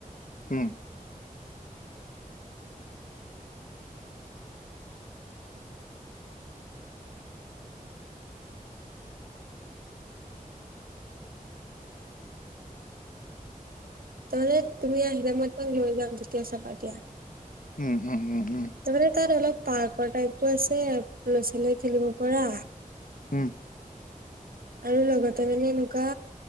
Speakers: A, on the left; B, on the right.
A: উম
B: তামানে তুমি আহিলে মতে মই লৈ যাম তেতিয়া চাবা দিয়া।
A: উম উম উম উম।
B: তাৰমানে তাত অলপ পাৰ্কৰ টাইপো আছে ল'ৰা ছোৱালীয়ে খেলিব পৰা।
A: উম
B: আৰু লগতে মানে এনেকুৱা